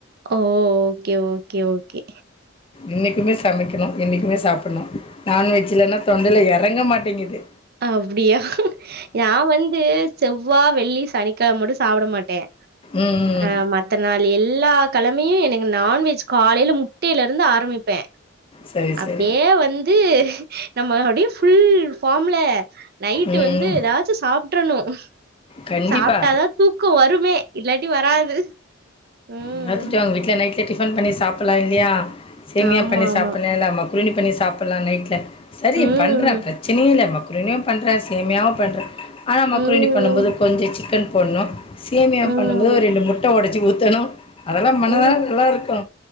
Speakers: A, on the right; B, on the left.
A: ஓ ஓகே ஓகே ஓகே
B: இன்னைக்குமே சமைக்கணு என்னைக்குமே சாப்ட் டுன்னு நான்வெஜ் இல்லன்னா தொண்டையில எறங்க மாட்டேங்கிது
A: அப்பிடியா நா வந் து செவ்வா வெள்ளி சனிக்கெழ மட்டு சாப்புட மாட்டே
B: ம்
A: அ மத் த்த நாள் எல்லா கழமையு எனக்கு நான்வெஜ் காலையில முட்டையிலருந்து ஆரம்பிப்பே
B: செரி செர்
A: அப்படியே வந்து நம்ம அப்டியே ஃபுல் ஃபார்ம்ல நைட்டு
B: ம்.
A: வந்து ஏதாச்சு சாப்ட்டர்ணு
B: கண்டிப்பா.
A: சாப்ட்டாதா தூக்கொ வருமே இல்லாட்டி வராது ம்
B: என்னாத்துட்ட ஒங்க வீட்டுல நைட்ல டிஃபன் பண்ணி சாப்பலா இல்லையா சேமியா
A: ஆமா
B: பண்ணி
A: ஆமா
B: சாப்பலா இல்ல மக் குருணி பண்ணி சாப்புலா நைட்ல சரி
A: ம்
B: பண்றே பிரச்சனையே இல்ல மக் குருனியு பண்றே சேமையாவு பண்றே ஆனா மக்ரூணி
A: ம்
B: பண்ணும்போது கொஞ்சொ சிக்கன் போட்ணு சேமியா
A: ம்
B: பண்ணும்போது ஒரு ரெண்டு முட்ட ஒடச்சி ஊத்தணு அதெல்லா பண்ணாதா
A: ம்
B: நல்லாருக்கு